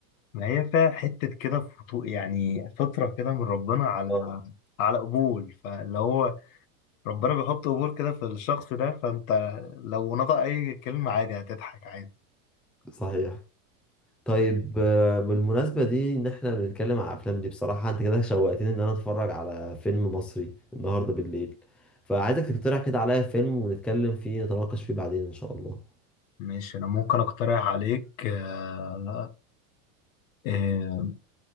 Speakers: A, on the left; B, in the centre.
A: ما هي فيها حتة كده فتو- يعني فطرة كده من ربنا على
B: آه،
A: على قبول فاللي هو ربنا بيحط قبول كده في الشخص ده فانت لو نطق اي كلمة عادي هتضحك عادي
B: صحيح طيب آه، بالمناسبة دي ان احنا بنتكلم على الافلام دي بصراحة انت كده شوقتني ان انا اتفرج على فيلم مصري النهاردة بالليل فعايزك تقترح كده عليا فيلم ونتكلم فيه نتناقش فيه بعدين ان شاء الله
A: ماشي انا ممكن اقترح عليك آه، آه،